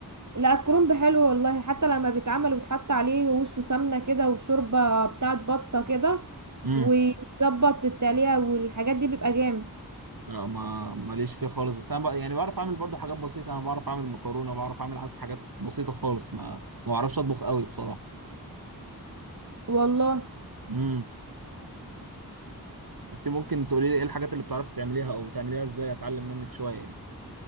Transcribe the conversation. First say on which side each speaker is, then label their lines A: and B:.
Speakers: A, on the right; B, on the right.
A: لا الكرنب حلو والله حتى لما بيتعمل وتحط عليه ووشه سمنة كده وشوربة بتاعت بطة كده
B: امم
A: وتظبط التقلية والحاجات دي بيبقى جامد
B: لا ما ماليش فيه خالص بس انا بقى يعني بعرف اعمل برضه حاجات بسيطه انا بعرف اعمل مكرونه بعرف اعمل عارف حاجات بسيطه خالص ما ما بعرفش اطبخ قوي بصراحه
A: والله
B: امم انت ممكن تقولي لي ايه الحاجات اللي بتعرفي تعمليها او بتعمليها ازاي اتعلم منك شويه يعني